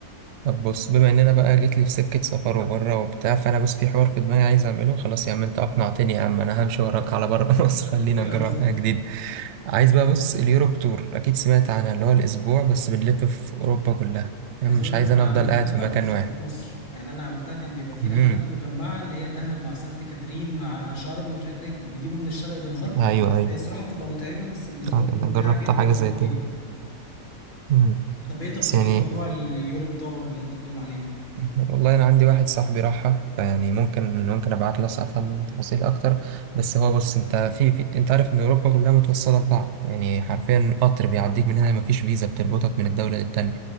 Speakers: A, on the right (about 65°); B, on the left (about 35°).
A: طب بص بما ان انا بقى جيت لي في سكه سفر وبره وبتاع فانا بس في حوار في دماغي عايز اعمله خلاص يا عم انت اقنعتني يا عم انا همشي وراك على بره <laughs> مصر خلينا
B: <laughs> ربنا
A: نجرب
B: يستر
A: حاجه جديده عايز بقى بص اليوروب تور اكيد سمعت عنها اللي هو الاسبوع بس بنلف في اوروبا كلها يعني
B: عايز
A: مش
B: اقول
A: عايز
B: لك انا
A: انا
B: عملتها
A: افضل قاعد في مكان
B: بس
A: واحد
B: في مصر يعني انا عملتها كان بيبقى في
A: امم
B: رحلات مجمعه اللي هي دهب مع سانت كاترين مع شرم مش عارف ليه بيجيبوا من الشرق للغرب
A: ايوه ايوه
B: هي الصراحه بتبقى متعبه بس بالنسبه
A: آه،
B: لي
A: انا
B: ممتعه
A: جربت
B: جدا
A: حاجه
B: وادوس
A: زي كده
B: فيها
A: مم.
B: طب ايه تفاصيل
A: بس يعني
B: موضوع اليوروب تاور اللي انت بتقول عليها دي
A: والله انا عندي واحد صاحبي راحها فيعني ممكن ممكن ابعت له افهم منه تفاصيل اكتر بس هو بص انت في, في انت عارف ان اوروبا كلها متوصله ببعض يعني حرفيا قطر بيعديك من هنا مفيش فيزا بتربطك من الدوله للتانية